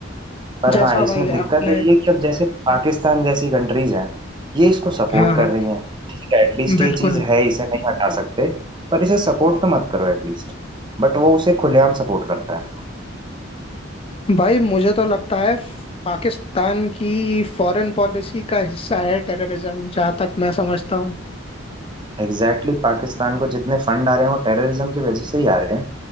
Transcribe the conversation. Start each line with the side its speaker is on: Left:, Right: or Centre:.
Right: पर
Left: जैसा
Right: हाँ इसमें
Left: भाई
Right: दिक्कत
Left: आपने
Right: यही है कि अब जैसे पाकिस्तान जैसी कंट्रीज हैं ये इसको सपोर्ट
Left: हाँ हाँ
Right: कर रही हैं ठीक है एटलीस्ट ये
Left: बिल्कुल
Right: चीज है इसे नहीं हटा सकते पर इसे सपोर्ट तो मत करो एटलीस्ट बट वो उसे खुलेआम सपोर्ट करता है
Left: भाई मुझे तो लगता है पाकिस्तान की फॉरेन पॉलिसी का हिस्सा है टेररिज्म जहाँ तक मैं समझता हूँ
Right: एग्जैक्टली exactly पाकिस्तान को जितने फंड आ रहे हैं वो टेररिज्म की वजह से ही आ रहे हैं